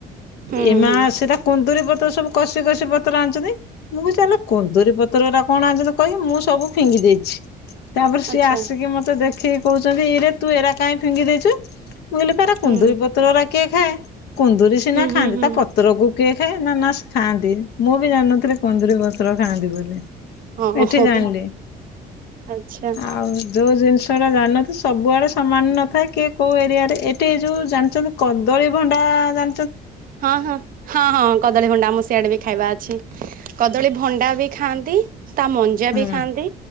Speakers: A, on the right; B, on the left.
A: ହୁଁ ହୁଁ
B: ଏ ମା
A: ହୁଁ
B: ସେଟା କୁନ୍ଦୁରୀ ପତ୍ର ସବୁ କଷି କଷି ପତ୍ର ଆଣିଛନ୍ତି। ମୁଁ କହୁଚି ଆଲୋ କୁନ୍ଦୁରୀ ପତ୍ରଗୂରା କଣ ଆଣିଚନ୍ତି କହିକି ମୁଁ ସବୁ ଫିଙ୍ଗି ଦେଇଚି। ତାପରେ ସିଏ
A: ଆଚ୍ଛା
B: ଆସିକି ମତେ ଦେଖିକି କହୁଚନ୍ତି ଇରେ ତୁ ଏଗୁରା କାହିଁ ଫିଙ୍ଗି ଦେଇଚୁ? ମୁଁ କହିଲି ତାର
A: ହୁଁ
B: ଦୁଇ ପତ୍ରଗୁରା କିଏ କୁନ୍ଦୁରିୀ ସିନା
A: ହୁଁ
B: ଖାଆନ୍ତି
A: ହୁଁ ହୁଁ
B: ତା ପତ୍ରକୁ କିଏ ଖାଏ। ନା, ନା ସେ ଖାଆନ୍ତି ।ମୁଁ ବି ଜାଣିନଥିଲି କୁନ୍ଦୁରୀ ପତ୍ର ଖାଆନ୍ତି ବୋଲି।
A: ହଁ
B: ଏଠି
A: ହଁ
B: ଜାଣିଲି।
A: ଆଚ୍ଛା
B: ଆଉ ଯୋଉ ଜିନିଷ ଏଗୁରା ଜାଣିନଥିଲି ସବୁଆଡେ ସମାନ ନଥାଏ କି କୋଉ ଏରିଆରେ ଏଠି ଯୋଉ ଜାଣିଚନ୍ତି କଦଳୀ ଭଣ୍ଡା ଜା
A: ହଁ-ହଁ-ହଁ-ହଁ କଦଳୀ ଭଣ୍ଡା ଆମ ସିଆଡେ ବି ଖାଇବା ଅଛି। କଦଳୀ ଭଣ୍ଡା ବି ଖାଆନ୍ତି। ତା ମଞ୍ଜା ବି
B: ହୁଁ
A: ଖାଆନ୍ତି,